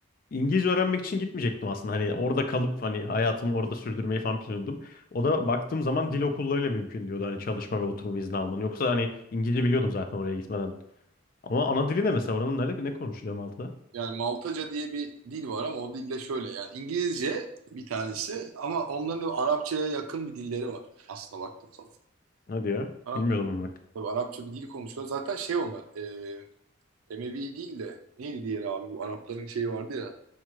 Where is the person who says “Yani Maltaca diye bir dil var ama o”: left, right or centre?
Right